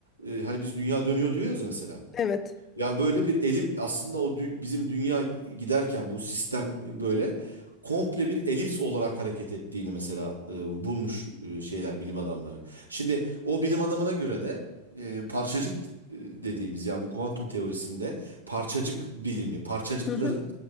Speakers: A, on the right; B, on the left.
A: e, hani biz dünya dönüyor diyoruz ya mesela.
B: Evet.
A: Yani böyle bir elip aslında o dü- bizim dünya giderken bu sistem e, böyle komple bir elips olarak hareket ettiğini mesela e, bulmuş e, şeyler bilim adamları. Şimdi o bilim adamına göre de e, parçacık e, dediğimiz yani bu kuantum teorisinde parçacık bilimi, parçacıkların
B: Hı hı.